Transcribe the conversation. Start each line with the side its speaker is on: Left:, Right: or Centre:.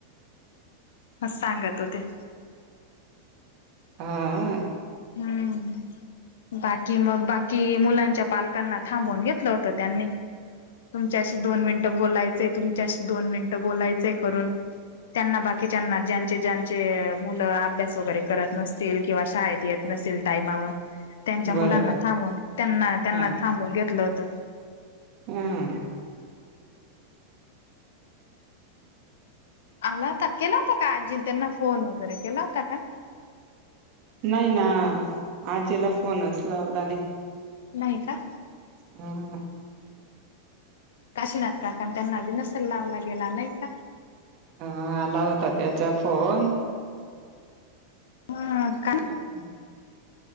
Left: ह सांगत होते
Right: हां.
Left: हम्म. बाकी मग, बाकी मुलांच्या पालकांना थांबून घेतलं होत त्यांनी. तुमच्याशी दोन मिनिटं बोलायचेय तुमच्याशी दोन मिनिटं बोलायचेंय करून. त्यांना बाकीच्याना ज्यांचे ज्यांचे मुलं अभ्यास वगैरे करत नसतील किंवा शाळेत येत नसेल टाइमावर त्यांच्या मुलांना
Right: बरोबर
Left: थांबून त्यांना त्यांना
Right: हा
Left: थांबून घेतलं होतं.
Right: हम.
Left: आला होता केला होता का आजीन त्यांना फोन वगैरे केला होता का?
Right: नाही ना आजीला फोनच लावला नाही.
Left: नाही का?
Right: हा.
Left: काशिनाथ काका त्यांना बी नसेल लावला गेला नाही का?
Right: हा आला होता त्याचा फोन.
Left: हा, का
Right: अचछ <unintelligible>